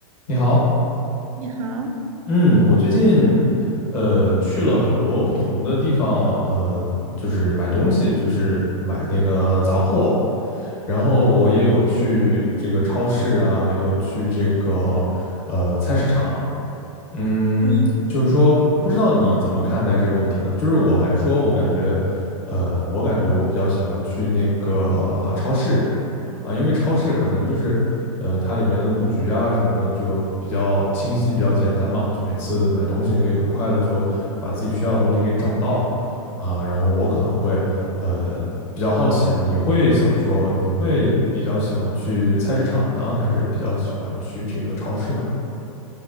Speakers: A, on the left; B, on the right.
A: 你好，
B: 你好，
A: 嗯，我最近呃去了很多不同的地方，呃，就是买东西，就是买那个杂货，然后我也有去这个超市啊，也有去这个呃菜市场，嗯，
B: 嗯，
A: 就是说不知道你怎么看待这个问题呢？就是我来说，我感觉，呃，我感觉我比较喜欢去那个超市，啊，因为超市可能就是，呃，它里面的布局啊什么的就比较清晰，比较简单嘛，就每次买东西可以很快的就把自己需要的东西给找到，啊，然后我可能会，呃，比较好奇啊，你会想说，你会比较喜欢去菜市场呢，还是比较喜欢去这个超市呢？